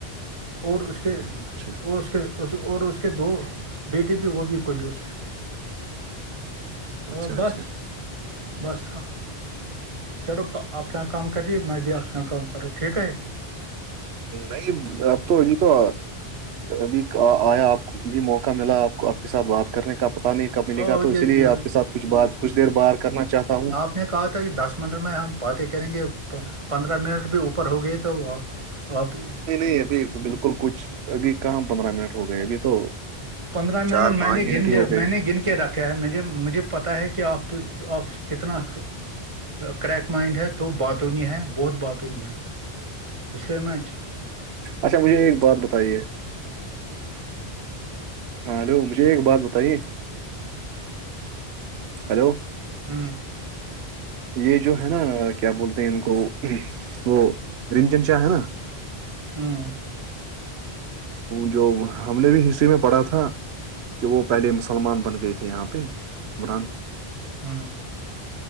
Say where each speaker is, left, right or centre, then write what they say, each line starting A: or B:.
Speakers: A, on the right (about 30°); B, on the right (about 85°).
A: اور اس کے
B: اچھا
A: اور اس کے اور اس کے دو بیٹے بھی وہ بھی کنجوش ہیں ا
B: اچھا
A: بس
B: اچھا
A: بس چلو اپنا کام کریے میں بھی اپنا کام کروں ٹھیک ہے
B: نہیں اب تو یہی تو ابھی آیا آپ کو بھی موقع ملا آپ کو آپ کے ساتھ بات کرنے کا پتا نہیں کا ملے
A: اور
B: گا تو اسی
A: یہ
B: لیے آپ کے ساتھ کچھ بات کچھ دیر باہر کرنا چاہتا ہوں
A: آ نے کہا تھا کہ دس منٹ میں ہم باتیں کریں گے پندرہ منٹ بھی اوپر ہو گئے تو ہ تو
B: نہیں نہیں ابھی بالکل کچھ ابھی کہم پندرہ منٹ ہو گئے ابھی تو
A: پندرہ منٹ
B: چار
A: میں
B: پانچ
A: نے
B: منٹ
A: گن
B: ہی
A: لیا
B: ہو گئے
A: میں نے گن رکھا ہے مجھ مجھے پتا ہے کہ آپ آپ کتنا کریک مائنڈ ہے تو باتوں نہیں ہے بہت باتوں نہیں ہے تو اس لیے میچ
B: اچھا مجھے ایک بات بتائیے ہاں ہلو مجھے ایک بات بتائیے ہیلو
A: ہوں
B: یہ جو ہے نا کیا بولتے ہیں ان کو وہ رنجن چاہ ہے نا
A: ہاں
B: جو ہم نے بھی ہسٹری میں پڑھا تھا کہ وہ پہلے مسلمان بن گئے تھے یہاں پہ عمران
A: ہوں